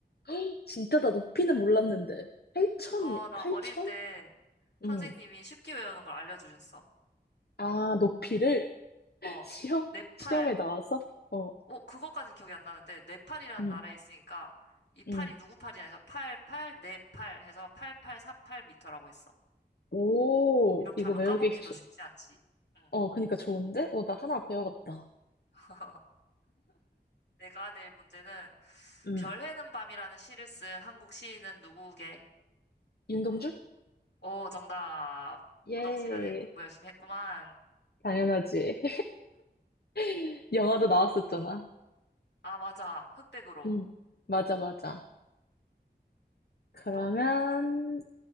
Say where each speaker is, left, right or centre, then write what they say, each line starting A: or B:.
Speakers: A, on the left; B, on the left.
A: <laughs> 진짜 나 높이는 몰랐는데. 8천이,
B: 그거 나
A: 8천?
B: 어릴 때 선생님이
A: 응
B: 쉽게 외우는 걸 알려주셨어.
A: 아, 높이를? <laughs>
B: 어,
A: 시험,
B: 내
A: 시험에
B: 팔.
A: 나와서? 어,
B: 어, 그거까지 기억이 안 나는데, 네팔이라는
A: 음,
B: 나라에 있으니까, 이 팔이
A: 음.
B: 누구 팔이냐 해서, 88, 네팔 해서 8 8 4 8터라고 했어.
A: 오,
B: 이렇게
A: 이거
B: 하면
A: 외우기,
B: 까먹기도
A: 좋...
B: 쉽지 않지. 응.
A: 어, 그니까 좋은데? 어, 나 하나
B: 어.
A: 배워갔다.
B: <laughs> 내가 낼 문제는,
A: 음.
B: 별 해는 밤이라는 시를 쓴 한국 시인은 누구게?
A: 윤동주?
B: 오, 정답.
A: 예,
B: 문학 시간에 공부 열심히 했구만.
A: 당연하지. <laughs> 영화도 나왔었잖아.
B: 아, 맞아. 흑백으로.
A: 음, 맞아, 맞아. 그러면,
B: 또,